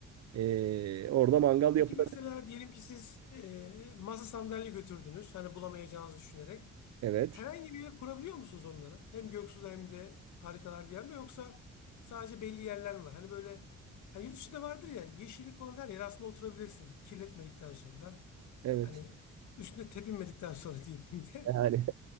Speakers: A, on the right (about 60°); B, on the left (about 75°).
A: Ee, orada mangal
B: Peki
A: yapılabilir.
B: mesela diyelim ki siz e, masa sandalye götürdünüz. Hani bulamayacağınızı düşünerek.
A: Evet,
B: Herhangi bir yere kurabiliyor musunuz onları? Hem Göksu'da hem de Harikalar Diyarı'nda yoksa sadece belli yerler mi var? Hani böyle hani yurt dışında vardır ya yeşillik olan her yere aslında oturabilirsin. Kirletmedikten sonra.
A: evet.
B: Hani üstüne tepinmedikten sonra <laughs> diyeyim bir de.
A: Yani